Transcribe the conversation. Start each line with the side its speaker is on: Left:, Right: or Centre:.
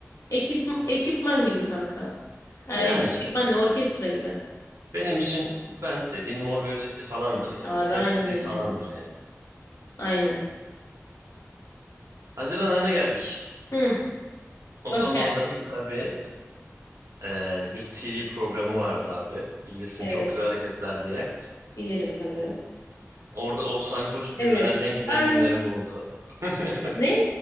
Left: Ekip, ekipman gibi kanka. Ay,
Right: Yani
Left: ekipman
Right: işte
Left: ne orkestra gibi.
Right: benim için band dediğin Mor ve Ötesi falandır yani.
Left: Abi
Right: Hepsi
Left: aynen
Right: bir
Left: öyle.
Right: falandır yani.
Left: Aynen.
Right: Haziran ayına geldik.
Left: Hı,
Right: O
Left: hoş
Right: zamanların
Left: gelmişiz.
Right: tabii eee, bir TV programı vardı abi. Bilirsin
Left: Evet.
Right: çok güzel hareketler diye.
Left: Bilirim tabii.
Right: Orada Oğuzhan Koç, Gülben
Left: Evet.
Right: Ergen giden
Left: Ay,
Right: günlerim oldu. <laughs>
Left: ne?